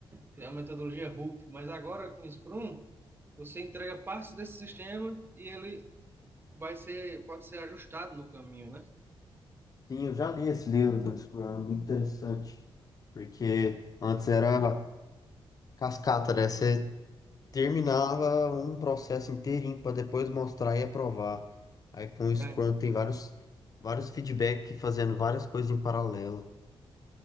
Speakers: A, on the right; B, on the left.
A: criar uma metodologia RUP, mas agora com o Scrum, você entrega partes desse sistema e ele vai ser, pode ser ajustado no caminho, né?
B: Sim, eu já li esse livro do Discurso, é muito interessante. Porque antes era cascata, né? Você terminava um processo inteirinho para depois mostrar e aprovar. Aí com o Scrum
A: É,
B: tem vários, vários feedback fazendo várias coisas em paralelo.